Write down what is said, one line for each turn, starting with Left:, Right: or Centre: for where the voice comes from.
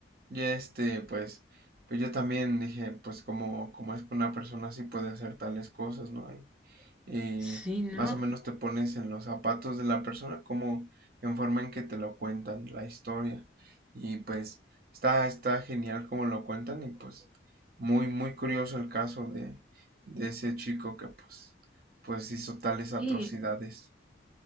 Right: Y este, pues, pues yo también dije, pues como, como es que una persona así puede hacer tales cosas, ¿no? Y, y
Centre: Sí, ¿no?
Right: más o menos te pones en los zapatos de la persona, como en forma en que te lo cuentan, la historia. Y pues está, está genial como lo cuentan y pues muy, muy curioso el caso de, de ese chico que pues, pues hizo tales atrocidades.
Centre: Sí,